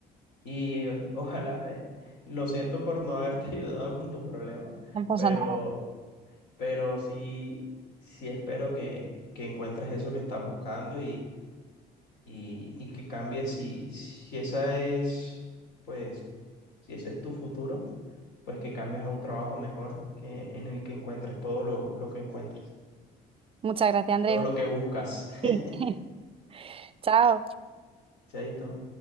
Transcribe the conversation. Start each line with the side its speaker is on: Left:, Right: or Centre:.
Left: Y eh, ojalá, eh, lo siento por no haberte <laughs> ayudado con tu problema,
Right: No pasa
Left: pero,
Right: nada.
Left: pero sí, sí espero que, que encuentres eso que estás buscando y, y que cambie si, si esa es, pues, si ese es tu futuro, pues que cambies a un trabajo mejor que en el que encuentres todo lo, lo que encuentras,
Right: Muchas gracias, Andrés.
Left: todo lo que buscas. <laughs>
Right: Sí. <laughs> Chao.
Left: Chaito.